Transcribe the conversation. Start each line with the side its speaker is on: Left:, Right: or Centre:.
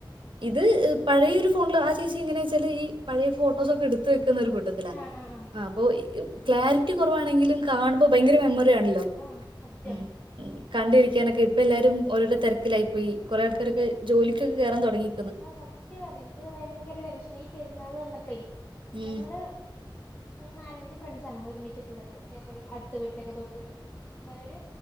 Right: ഇത് പഴയൊര് ഫോണില് ആ ചേച്ചി എങ്ങനെയാ വെച്ചാല് ഈ പഴയ ഫോട്ടോസ് ഒക്കെ എടുത്ത് വെക്ക ക്കുന്ന ഒര് കൂട്ടത്തില
Left: ആഹ് ആഹ് ആഹ്
Right: അപ്പൊ ക്ലാരിറ്റി കുറവാണെങ്കിലും കാണുമ്പോ ഭയങ്കര മെമ്മറി ആണല്ലോ
Left: ആഹ് സത്യാണ്
Right: ഉം ഉം കണ്ടിരിക്കാനൊക്കെ ഇപ്പൊ എല്ലാരുംഓരോരോ തെരക്കിലായി പോയി കുറേ ആൾക്കാരൊക്കെ ജോലിക്കൊക്കെ കേറാൻ തൊടങ്ങി
Left: ആഹ് സത്യ പറഞ്ഞെ എനിക്ക്ക്കെ ഭയങ്കര ടെൻഷനാ ഈ പെരുന്നാള് വന്നപ്പളേ
Right: ഉം
Left: ഞങ്ങള് ഒരു നാലഞ്ച് ഫ്രണ്ട്സാണ് ഒരുമിച്ചിട്ട്ള്ളത് അതേപോലെ അടുത്ത വീട്ടിലൊക്കെ തൊട്ടുവീട്ട് ഒരു